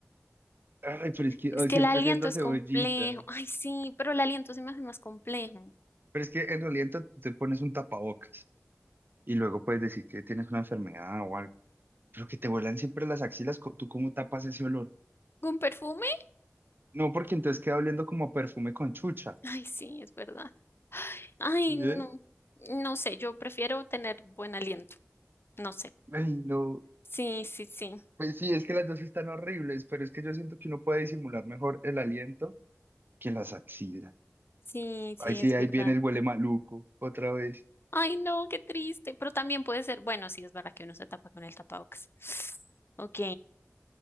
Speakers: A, on the right; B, on the left.
A: Ay, pero es que
B: es
A: ay,
B: que
A: siempre
B: el aliento
A: oliendo a
B: es
A: cebollita.
B: complejo. Ay, sí, pero el aliento se me hace más complejo.
A: Pero es que en el aliento tú te pones un tapabocas y luego puedes decir que tienes una enfermedad o algo. Pero que te vuelan siempre las axilas, co- ¿tú cómo tapas ese olor?
B: ¿Un perfume?
A: No, porque entonces queda oliendo como a perfume con chucha.
B: Ay, sí, es verdad. Ay,
A: ¿Sí
B: no,
A: es?
B: no sé, yo prefiero tener buen aliento. No sé.
A: Ay, no.
B: Sí, sí, sí.
A: Pues sí, es que las dos están horribles, pero es que yo siento que uno puede disimular mejor el aliento que las axilas.
B: Sí, sí,
A: Ahí sí,
B: es verdad.
A: ahí viene el huele maluco, otra vez.
B: Ay, no, qué triste. Pero también puede ser, bueno, sí, es verdad que uno se tapa con el tapabocas. <gasps> Ok.